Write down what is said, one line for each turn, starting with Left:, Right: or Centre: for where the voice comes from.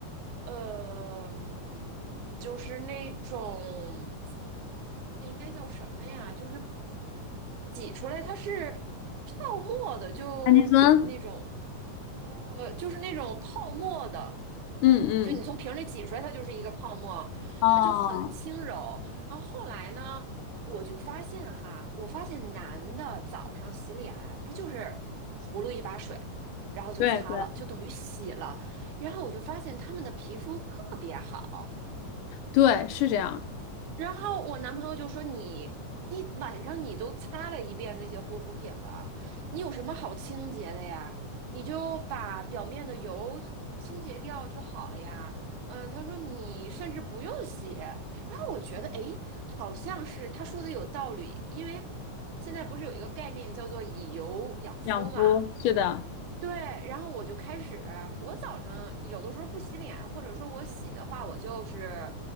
Right: 呃，嗯就是那种。那应该叫什么呀？就是挤出来，它是泡沫的，就那种，
Left: 氨基酸，
Right: 呃，就是那种泡沫的，
Left: 嗯嗯。
Right: 就你从瓶里挤出来，它就是一个泡沫，
Left: 哦，
Right: 啊，就很轻柔。然后后来呢，我就发现哈，我发现男的早上洗脸，他就是葫芦一把水，然后就擦了，
Left: 对对
Right: 就等于洗了。然后我就发现他们的皮肤特别好。
Left: 对，是这样，
Right: 然后我男朋友就说你你晚上你都擦了一遍那些护肤品了，你有什么好清洁的呀？你就把表面的油清洁掉就好了呀。嗯，他说你甚至不用洗。然后我觉得诶，好像是他说的有道理，因为现在不是有一个概念叫做以油养肤嘛。
Left: 养肤是的，
Right: 对，然后我就开始，我早上有的时候不洗脸，或者说我洗的话，我就是。